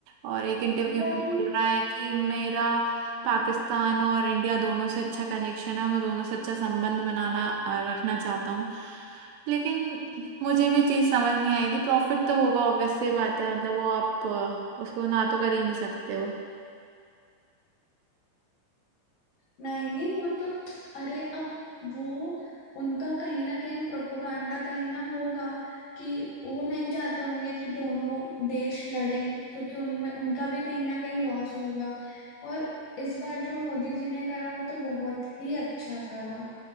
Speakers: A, on the right; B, on the left.
A: और एक इंटरव्यू
B: वही
A: में बोल रहा है कि मेरा पाकिस्तान और इंडिया दोनों से अच्छा कनेक्शन है और मैं दोनों से अच्छा संबंध बनाना अ, रखना चाहता हूँ लेकिन मुझे भी चीज़ समझ नहीं आई थी प्रॉफिट तो होगा ऑब्वियस सी बात है मतलब वो आप अ, उसको ना तो कर ही नहीं सकते हो
B: नहीं नहीं वो तो अरे अब वो उनका कहीं ना कहीं प्रोपोगंडा कहीं ना होगा कि वो नहीं चाहते होंगे कि दोनों देश लड़ें क्योंकि उनमें उनका भी कहीं ना कहीं लॉस होगा और इस बार जो मोदी जी ने करा वो तो बहुत ही अच्छा करा